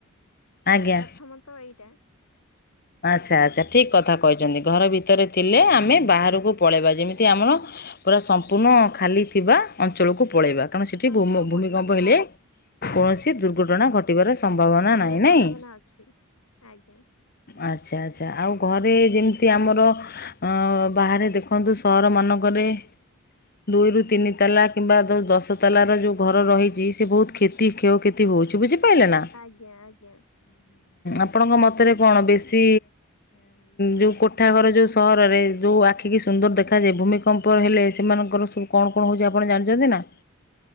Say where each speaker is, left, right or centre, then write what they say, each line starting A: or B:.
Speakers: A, on the left (about 45°); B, on the left (about 85°).
A: ଆଜ୍ଞା
B: ପ୍ରଥମତଃ ଏଇଟା।
A: ଆଚ୍ଛା ଆଚ୍ଛା ଠିକକଥା କଇଚନ୍ତି ଘରଭିତରେ ଥିଲେ ଆମେ ବାହାରକୁ ପଳେଇବା ଯେମିତି ଆମର ପୁରା ସମ୍ପୂର୍ଣ୍ଣ ଖାଲିଥିବା ଅଞ୍ଚଳକୁ ପଳେଇବା। କାରଣ ସେଠି
B: ଅଞ୍ଚଳକୁ
A: ଭୂମୁ
B: ପଳେଇ
A: ଭୂମିକମ୍ପ
B: ଆସିବା
A: ହେଲେ କୌଣସି ଦୁର୍ଘଟଣା ଘଟିବାର ସମ୍ଭାବନା
B: ଘଟିବା
A: ନାହିଁ
B: ସମ୍ଭାବନା
A: ନାଇଁ।
B: ଅଛି ଆଜ୍ଞା
A: ଆଚ୍ଛା ଆଚ୍ଛା ଆଉ ଘରେ ଯେମିତିଆମର ଅ ବାହାରେ ଦେଖନ୍ତୁ ସହର ମାନଙ୍କ ରେ। ଦୁଇରୁୁ ତିନିତାଲା କିମ୍ବା ଦଉ ଦଶତାଲ ର ଯୋଉ ଘରରହିଚି ସିଏ ବହୁତ କ୍ଷତି କ୍ଷୟ କ୍ଷତି ହଉଛି ବୁଝିପାଇଲେନା
B: ଆଜ୍ଞା ଆଜ୍ଞା
A: ଆପଣଙ୍କ ମତରେ କଣ ବେଶୀ ଯୋଉ କୋଠାଘର ଯୋଉ ସହରରେ ଯୋଉ ଆଖି କିି ସୁନ୍ଦର ଦେଖାଯିବ। ଭୂମିକମ୍ପ ହେଲେ ସେମାନଙ୍କର ସବୁ କଣ କଣ ହଉଛି ଆପଣ ଜାଣିଛନ୍ତିନା?